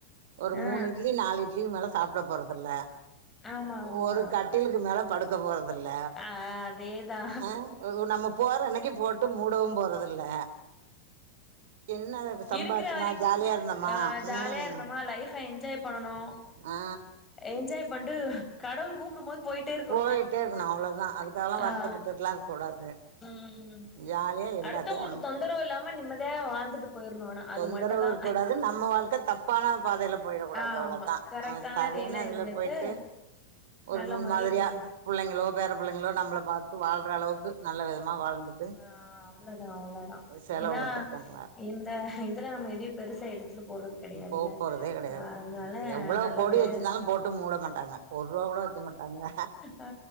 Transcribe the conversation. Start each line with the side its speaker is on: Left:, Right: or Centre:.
Right: ஒரு
Left: ஆ
Right: மூணு இட்லி நாலு இட்லிக்கி மேல சாப்ட போறதில்ல
Left: ஆமா ஆமா
Right: ஒரு கட்டிலுக்கு மேல படுக்க போறதுல்ல
Left: ஆ அதேதா
Right: ஆ நம்ம போற அன்னக்கி போட்டு மூடவு போறதில்ல என்ன சம்பாரிச்சமா
Left: இருக்குற வரைக்கும்
Right: ஜாலியா இருந்தமா
Left: ஆ ஜாலியா
Right: ம்
Left: இருந்தோமா லைஃப என்ஜாய் பண்ணனு
Right: ஆ
Left: என்ஜாய் பண்ட்டு கடவுள் கூப்டும் போது போயிட்டே இருக்கணு
Right: போயிட்டே இருக்கணு அவ்ளோதா அதுக்காவலா வருத்தப்பட்டுட்லா
Left: ஆ
Right: இருக்க கூடாது
Left: ம் ம்
Right: ஜாலியா எல்லாத்தையு
Left: அடுத்தவுங்குளுக்கு
Right: அனுபவி
Left: தொந்தரவு இல்லாம நிம்மதியா வாழ்ந்துட்டு போயிரணு ஆனா அது
Right: தொந்தரவு
Left: மட்டுந்தா
Right: இருக்க கூடாது நம்ம வாழ்க்க தப் பான பாதைல போயிட கூடாது
Left: ஆமா
Right: அவ்ளதா
Left: கரெக்டான
Right: ஆ சரியான
Left: வேல
Right: இதுல
Left: இருந்துட்டு
Right: போயிட்டு ஒரு
Left: நல்ல
Right: முன்
Left: முறைல
Right: மாதிரியா
Left: போயிரணு
Right: புள்ளைங்களோ பேர புள்ளைங்களோ நம்மள பாத்து வாழ்ற அளவுக்கு நல்ல விதமா வாழ்ந்து
Left: ஆ அவ்ளதா அவ்ளதா
Right: செலவு
Left: ஏன்னா
Right: பண்ட்டு போணுங்க
Left: இந்த இதுல நம்ம எதையு பெருசா எடுத்துட்டு போறது கெடையாதுல்ல
Right: போ போறதே கெடையாது
Left: ஆ அதுனால
Right: எவ்ளோ
Left: நல்லபடியா
Right: கோடி வச்சிருந்தாலு போட்டு மூட மாட்டாங்க ஒரு ரூபா கூட வைக்க மாட்டாங்க
Left: ஆ